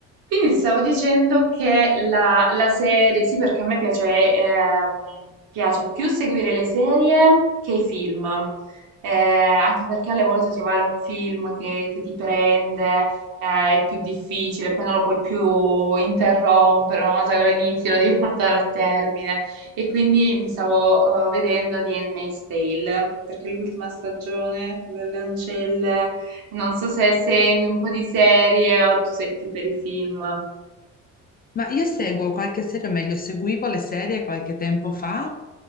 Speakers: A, on the right (about 70°); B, on the left (about 25°).
A: Quindi ti stavo dicendo che la, la serie, sì, perché a me piace, ehm, piace più seguire le serie che i film, Eh, anche perché alle volte trovare un film che, che ti prende, eh, è più difficile, poi non lo puoi più interrompere, una volta che lo inizi lo devi <laughs> portare a termine. E quindi mi stavo, eh, vedendo di Handmaid's Tale, perché l'ultima stagione, quella delle ancelle. Non so se segui un po' di serie o tu sei più per i film.
B: Ma io seguo qualche serie, o meglio, seguivo le serie qualche tempo fa,